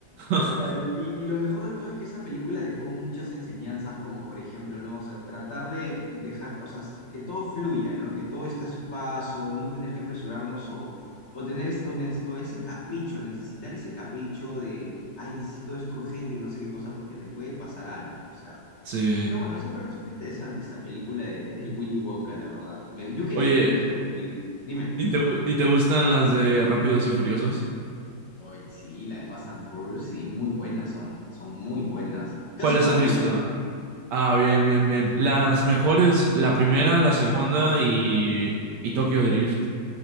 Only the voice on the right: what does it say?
<laughs>
Sí.
Oye,
¿y te, gu- y te gustan las de Rápidos y Furiosos?
¿Cuáles
has
visto?
Ah, bien, bien, bien. Las mejores, la primera, la segunda y, y Tokyo Drift.